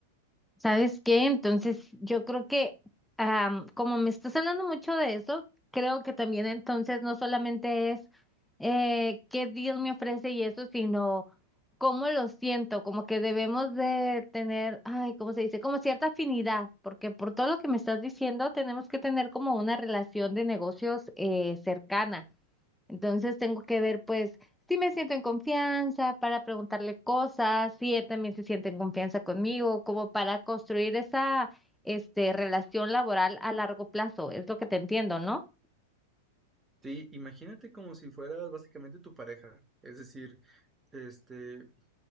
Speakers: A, in the centre; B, on the right.
A: ¿Sabes qué? Entonces, yo creo que am, como me estás hablando mucho de eso, creo que también entonces no solamente es eh, qué Dios me ofrece y eso, sino cómo lo siento, como que debemos de tener, ay, ¿cómo se dice? Como cierta afinidad, porque por todo lo que me estás diciendo, tenemos que tener como una relación de negocios eh, cercana. Entonces tengo que ver, pues, si me siento en confianza para preguntarle cosas, si él también se siente en confianza conmigo, como para construir esa, este, relación laboral a largo plazo. Es lo que te entiendo, ¿no?
B: Sí, imagínate como si fueras básicamente tu pareja. Es decir, este,